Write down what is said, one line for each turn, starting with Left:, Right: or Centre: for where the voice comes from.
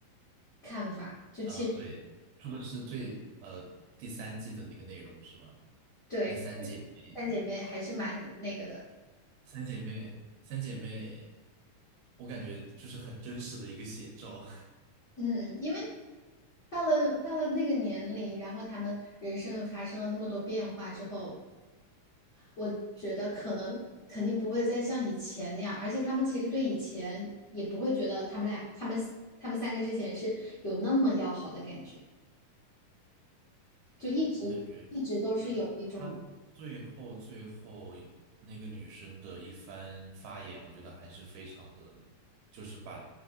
Left: 看法，就其实
Right: 啊、对，说的是最呃第三季的那个内容是吧？
Left: 对
Right: 那三姐妹，
Left: 三姐妹还是蛮那个的，
Right: 三姐妹，三姐妹，我感觉就是很真实的一个写照。<laughs>
Left: 嗯，因为到了到了那个年龄，然后他们人生发生了那么多变化之后，我觉得可能肯定不会再像以前那样，而且他们其实对以前也不会觉得他们俩、他们、他们三个之前是有那么要好的感觉，
Right: 对，
Left: 就一直一直都是有一种
Right: 我感觉，那他最后最后那个女生的一番发言，我觉得还是非常的，就是把